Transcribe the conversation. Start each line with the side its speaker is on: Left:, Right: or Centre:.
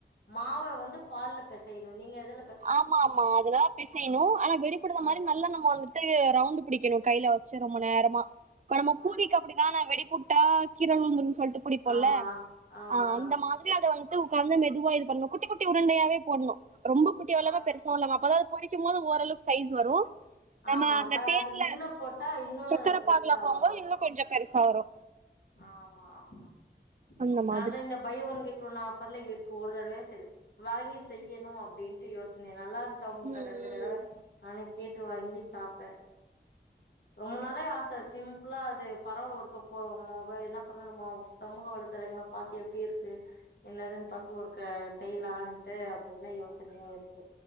Left: மாவ வந் து பால்ல பெசயணு நீங்க அத
Right: ஆமா ஆமா அதுலதா பெசையணு ஆனா வெடிப்படாத
Left: ஆ
Right: மாரி நல்லா நம்ப வந்துட்டு ரவுண்டு பிடிக்கணு கையில வெச்சி ரொம்ப நேரமா இப்ப நம்ப
Left: ஆ
Right: பூரிக் அப்டிதானா வெடிப்புட்டா கீரல் உலுந்துருன்னு சொல்ட்டு புடிப்பல்ல
Left: ஆமா ஆமா
Right: ஆஹ் அந்த மாதிரி அத வந்துட்டு பால்ல மெதுவா இது பண்ணு குட்டி குட்டி உருண்டையாவே போடணு ரொம்ப குட்டியாவு இல்லாமா
Left: ஆ
Right: பெருசாவு இல்லாமா அப்பதா அது பொறிக்கும்போது ஓரளவுக்கு சைஸ் வரு நம்ம
Left: ஆமா
Right: அந்த
Left: அப்ப
Right: தேன்ல
Left: அது இதுல போட்டா இன்னு
Right: சக்கர
Left: பெருசா
Right: பாகுல போகும்போது
Left: வரு
Right: இன்னு கொஞ்சோ பெருசா வரு
Left: ஆமா ஆமா ம்ச்
Right: அந்த
Left: நா
Right: மாதிரி
Left: தா இந்த பை ஒன் கெட் ஒன் ஆ பொர்ளை இருக்கு ஒரு தடவயா சரி வாங்கி செய்யணு அப்டின்ட்டு யோசன நல்லாரு
Right: ம் ம்
Left: <unintelligible> ரெண்டு தடவ நானே கேட்டு வாங்கி சாப்பே ம்ச் ரொம்ப நாளா ஆச சிம்ப்ளா அது பரவால ஒரு க்கு ஃபோ மொபைல் என்னா பண்ணனு நம்ப சமூக வலைத்தளங்கள பாத்து எப்டி இருக்கு என்னதுன்னு பாத்து ஒருக்க செயலான்ட்டு அப்டின்னு யோசனையா இருக்கு